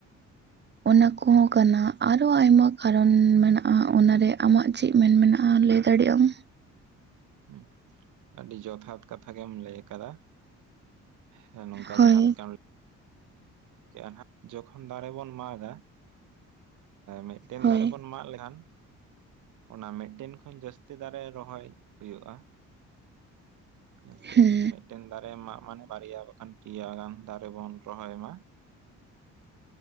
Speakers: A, on the right; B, on the right.
A: ᱚᱱᱟ ᱠᱚᱦᱚᱸ ᱠᱟᱱᱟ ᱟᱨᱚ ᱟᱭᱢᱟ ᱠᱟᱨᱚᱱ ᱢᱮᱱᱟᱜᱼᱟ ᱚᱱᱟᱨᱮ ᱟᱢᱟᱜ ᱪᱮᱫ ᱢᱮᱱ ᱢᱮᱱᱟᱜᱼᱟ ᱞᱟᱹᱭ ᱫᱟᱲᱮᱭᱟᱜ ᱟᱢ,
B: ᱦ ᱟᱹᱰᱤ ᱡᱚᱛᱷᱟᱛ ᱠᱟᱛᱷᱟ ᱜᱮᱢ ᱞᱟᱹᱭ ᱟᱠᱟᱫᱟ, ᱦᱮᱸ ᱱᱚᱝᱠᱟ
A: ᱦᱳᱭ
B: ᱡᱮᱦᱟ ᱞᱮᱠᱟ ᱟᱜ ᱡᱚᱠᱷᱚᱱ ᱫᱟᱨᱮ ᱵᱚᱱ ᱢᱟᱜᱟ ᱢᱤᱫᱴᱮᱱ
A: ᱦᱳᱭ
B: ᱫᱟᱨᱮ ᱵᱚᱱ ᱢᱟᱜ ᱞᱮᱠᱷᱟᱱ ᱚᱱᱟ ᱢᱤᱫᱴᱮᱱ ᱠᱷᱚᱱ ᱡᱟᱹᱥᱛᱤ ᱫᱟᱨᱮ ᱨᱚᱦᱚᱭ, ᱦᱩᱭᱩᱜᱼᱟ ᱦᱮᱸ ᱥᱮ
A: ᱦᱩᱸ
B: ᱢᱤᱫ ᱢᱤᱫᱴᱮᱱ ᱫᱟᱨᱮ ᱢᱟᱜ ᱢᱟᱱᱮ ᱵᱟᱨᱭᱟ ᱵᱟᱠᱷᱟᱱ ᱯᱭᱟ ᱜᱟᱱ ᱫᱟᱨᱮ ᱵᱚᱱ ᱨᱚᱦᱚᱭ ᱢᱟ,